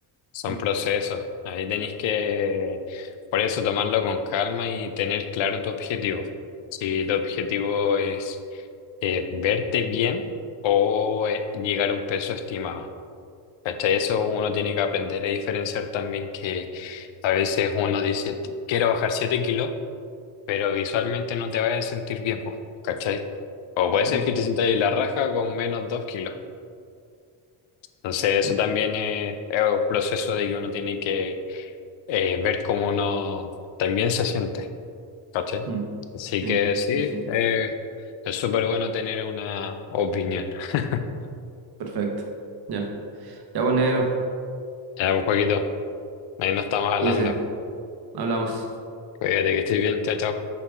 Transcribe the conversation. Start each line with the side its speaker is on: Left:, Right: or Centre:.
Left: Son
Right: Mm,
Left: procesos. Ahí tenéis que, por eso, tomarlo con calma y tener claro tu objetivo. Si tu objetivo es eh, verte bien o eh, llegar a un peso estimado. ¿Cachai? Eso uno tiene que aprender a diferenciar también que a veces uno dice, "T- quiero bajar siete kilos, pero visualmente no te vas a sentir bien, po, ¿cachai? O puede
Right: mm,
Left: ser que te sientas ahí la raja con menos 2 kilos. Entonces, eso
Right: mm,
Left: también es, es un proceso de que uno tiene que eh, ver cómo uno también se siente, ¿cachai?
Right: mm.
Left: Así
Right: Sí,
Left: que sí,
Right: sí, sí,
Left: eh, es súper bueno tener una opinión. <laughs>
Right: perfecto. Ya, ya, pues negro,
Left: Ya, pues, Joaquito, ahí nos estamos hablando.
Right: cuídese, hablamos.
Left: Cuídate que estés bien, chao, chao.